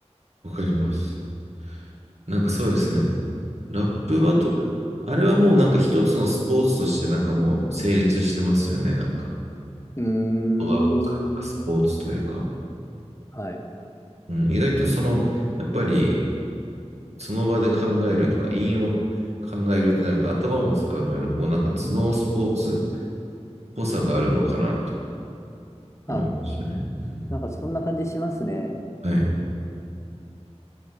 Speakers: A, on the right; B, on the left.
A: わかります。なんかそうですね。ラップバトル。
B: はい。
A: あれはもうなんか一つのスポーツとしてなんかもう成立してますよね、なんか。
B: うーん。
A: ことが買ったスポーツというか、
B: はい。
A: うん、意外とその、やっぱりその場で考えるとか、韻を考えるってなると頭も使うので、こうなんか頭脳スポーツっぽさがあるのかなと思いましたね。
B: あ、
A: うん、
B: なんかそんな感じしますね。
A: はい。